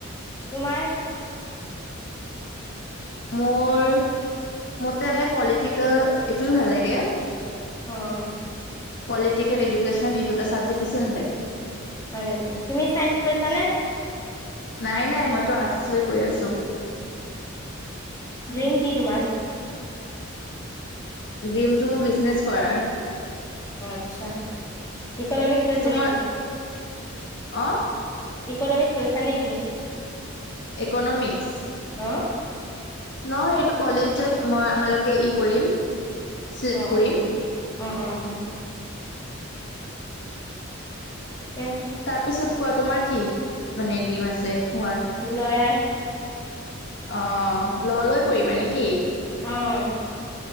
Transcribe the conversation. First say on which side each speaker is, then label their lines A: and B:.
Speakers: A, on the left (about 15°); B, on the left (about 55°).
A: তোমাৰ?
B: মোৰ মোৰ তেনে পলিটিকেল এইটো ভাল লাগে।
A: অঁ
B: পলিটিকেল, এডুকেশ্যন এই দুটা চাবজেক্ট বেছি ভাল লাগে।
A: হয় নেকি? তুমি চাইন্স লৈছিলানে?
B: নাই, নাই মইতো আৰ্টছ লৈ পঢ়ি আছো।
A: ড্ৰীম কি তোমাৰ?
B: ড্ৰীমটো মোৰ বিজনেছ কৰাৰ।
A: অঁ, আচ্ছা। ইকনমিক্স লৈছা
B: তোমাৰ
A: নেকি?
B: অঁ।
A: ইকনমিক্স লৈছা নেকি?
B: ইকনমিক্স?
A: অঁ।
B: নহয় এইটো কলেজত মই আমালোকে ই কৰিম। চিলেক্ট
A: হয়, হয়।
B: কৰিম
A: অঁ অঁ অঁ ঠিকে আছে।
B: তাৰপিছত কোৱা, তোমাৰ কি মানে ড্ৰীম আছে হোৱাৰ?
A: লয়েয়াৰ।
B: অঁ ল ' লৈ পৰিবা নেকি?
A: অঁ